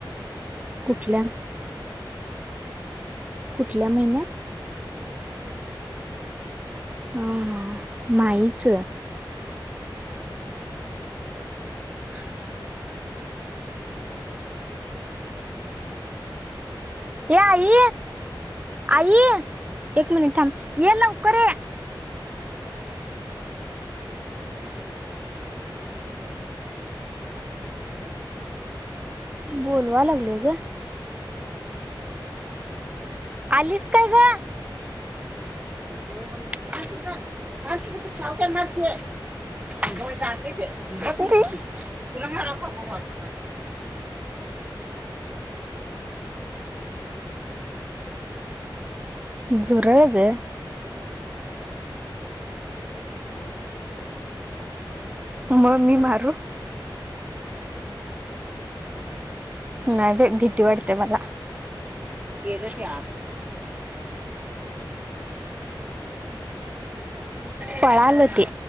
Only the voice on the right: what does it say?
कुठल्या कुठल्या महिन्यात?
हा हा माहीच.
<inaudible>
ये आई आई एक मिनिट थांब ये लवकर ये.
बोलवाय लागलोय ग.
आलीस काय ग? अग बाई मार कि ग मार कि ते साळू त्यानं मार कि. अग बाई जातय ते धा गेली ती तुला मारव पाहिला झुरळ गं.
मग मी मारू?
नाही बाई भीती वाटत्या मला. गेलं
ते आत. पळालं ते.